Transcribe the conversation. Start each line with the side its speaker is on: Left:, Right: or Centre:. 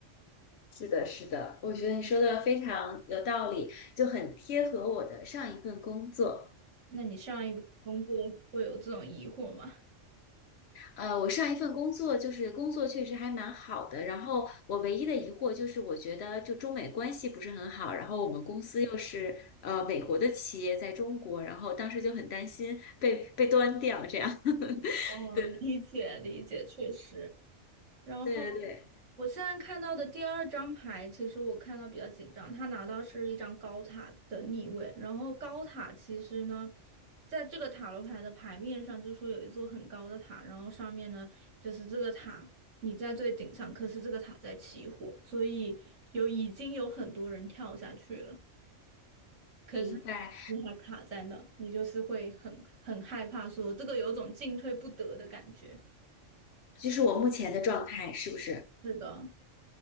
Left: 是的，是的，我觉得你说的非常有道理，就很贴合我的上一份工作。
Right: 那你上一个工作会有这种疑惑吗？
Left: 呃，我上一份工作就是工作确实还蛮好的，然后我唯一的疑惑就是，我觉得就中美关系不是很好，然后我们公司又是呃美国的企业在中国，然后当时就很担心被被端掉这样。<laughs>
Right: <laughs>
Left: 对，
Right: 理解理解，确实。然后
Left: 对对对，
Right: 我现在看到的第二张牌，其实我看到比较紧张，他拿到是一张高塔的逆位，然后高塔其实呢，在这个塔罗牌的牌面上，就说有一座很高的塔，然后上面呢就是这个塔你在最顶上，可是这个塔在起火，所以有已经有很多人跳下去了，可是
Left: 明白，
Right: 你还卡在那，你就是会很很害怕说这个有种进退不得的感觉。
Left: 就是我目前的状态是不是？
Right: 是的。